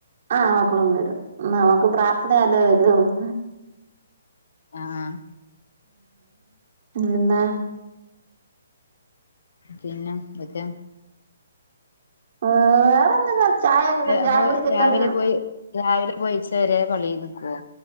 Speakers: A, on the right; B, on the left.
A: ആഹ് മക്കളും വരും നമുക്ക് പ്രാർത്ഥന അല്ലേ വരൂ <unintelligible>
B: ആഹ് ആഹ്
A: പിന്നെ
B: പിന്നെ ന്തൊക്കെ
A: വേറെ എന്തെല്ല ചായൊക്കെ
B: അപ്പൊ
A: ചായ കുടി
B: രാവിലെ
A: കഴിഞ്ഞോ
B: പോയി രാവിലെ പോയിച്ചവരെ പളളിയിൽ നിക്കോ